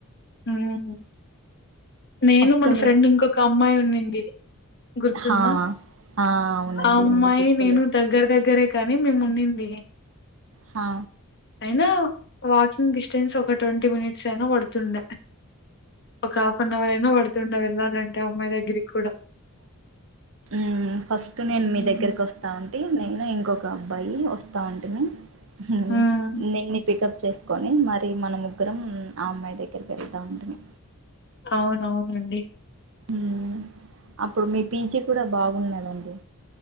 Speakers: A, on the left; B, on the right.
A: ఉమ్ నేను
B: ఫస్ట్
A: మన
B: మీ
A: ఫ్రెండ్ ఇంకొక అమ్మాయి. <unintelligible> గుర్తుందా?
B: హా ఆ అవునండి
A: ఆ అమ్మాయి
B: అందుకు గుర్తులేదు.
A: నేను దగ్గర దగ్గరే కానీ మేము ఉండింది.
B: హా
A: అయినా వాకింగ్ డిస్టెన్స్ ఒక ట్వంటీ మినిట్స్ అయినా పడుతుండే. ఒక హాఫ్ అన్ అవర్ అయినా <unintelligible> అంటే అమ్మాయి దగ్గరికి కూడా
B: మ్ ఫస్ట్ నేను
A: హ్మ్
B: మీ దగ్గరకి వస్తాంటి నేను ఇంకొక అబ్బాయి వస్తాంంటిమి
A: హ్మ్
B: మ్ నీ పికప్ చేసుకొని మరి మన ముగ్గురం ఆ అమ్మాయి దగ్గరికి వెళ్తా ఉంటిమి
A: అవునవునండి
B: మ్ అప్పుడు మీ పీజీ కూడా బాగున్నదండి